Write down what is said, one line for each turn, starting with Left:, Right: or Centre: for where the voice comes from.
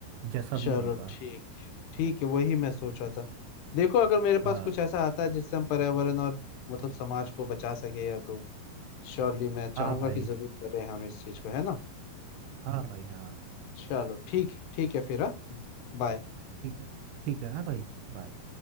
Right: जैसा
Left: चलो
Right: भी होगा
Left: ठीक ठीक है वही मैं सोच रहा था देखो अगर मेरे
Right: हाँ
Left: पास कुछ ऐसा आता है जिससे हम पर्यावरण और मतलब समाज को बचा सके या तो श्योरली मैं चाहूंगा
Right: हाँ भाई
Left: कि जरूर करें हम इस चीज को है ना
Right: हाँ भाई हाँ
Left: चलो ठीक ठीक है फिर हाँ बाय
Right: ठीक है ठीक है हाँ भाई बाय